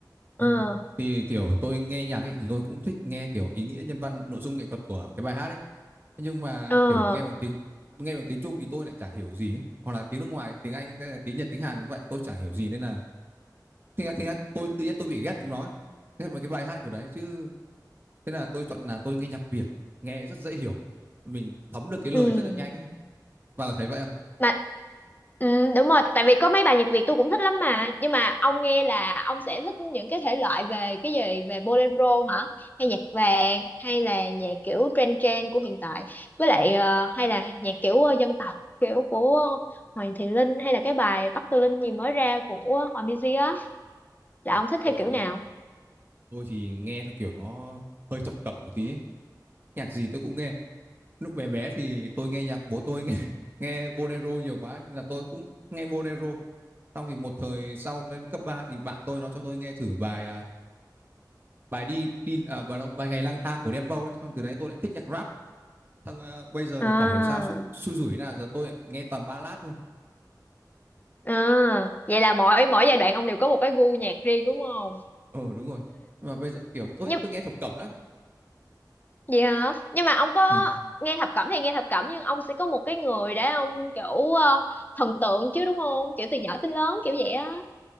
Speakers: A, on the left (about 25°); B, on the right (about 30°).
A: Ừ.
B: đúng rồi. Thì kiểu tôi nghe nhạc ấy thì tôi cũng thích nghe kiểu ý nghĩa nhân văn, nội dung nghệ thuật của cái bài hát ấy. nhưng mà
A: Ờ,
B: kiểu nghe bằng tiếng nghe bằng tiếng Trung thì tôi lại chả hiểu gì ấy. hoặc là tiếng nước ngoài tiếng Anh hay tiếng Nhật tiếng Hàn cũng vậy tôi chả hiểu gì nên là thế là, tôi tự nhiên tôi bị ghét chúng nó ấy. ghét mấy cái bài hát kiểu đấy chứ thế là tôi chọn là tôi nghe nhạc Việt nghe rất dễ hiểu mình thấm được cái
A: ừ.
B: lời rất là nhanh ấy bà có thấy vậy không
A: Mà ừ, đúng rồi, tại vì có mấy bài nhạc Việt tôi cũng thích lắm mà. Nhưng mà ông nghe là ông sẽ thích những cái thể loại về cái gì về bolero hả? Hay nhạc vàng hay là nhạc kiểu trend trend của hiện tại. Với lại ờ, hay là nhạc kiểu ờ, dân tộc kiểu của Hoàng Thị Linh hay là cái bài Bắc Tư Linh gì mới ra của Hòa Minzy á là
B: Uầy,
A: ông thích
B: tôi
A: theo kiểu
B: thì
A: nào?
B: tôi thì nghe theo kiểu nó hơi thập cẩm một tí ấy. nhạc gì tôi cũng nghe lúc bé bé thì tôi nghe nhạc bố tôi nghe <laughs> nghe bolero nhiều quá nên là tôi cũng nghe bolero Xong thì một thời sau lên cấp 3 thì bạn tôi nó cho tôi nghe thử bài, à, bài đi đi à, bài bài Ngày lang thang của Đen Vâu ấy, xong từ đấy tôi lại thích nhạc rap. Xong à, bây giờ
A: À,
B: thì chả hiểu sao xui, rủi thế giờ tôi nghe toàn ballad thôi.
A: à, vậy là mỗi mỗi giai đoạn ông đều có một cái gu nhạc riêng đúng không?
B: Ờ ừ, đúng rồi. Nhưng mà bây giờ kiểu tôi
A: Nhưng
B: tôi nghe thập cẩm lắm.
A: Vậy hả? Nhưng mà ông có
B: Ừ.
A: nghe thập cẩm thì nghe thập cẩm nhưng ông sẽ có một cái người để ông kiểu ờ, thần tượng chứ đúng không? Kiểu từ nhỏ tới lớn kiểu vậy á.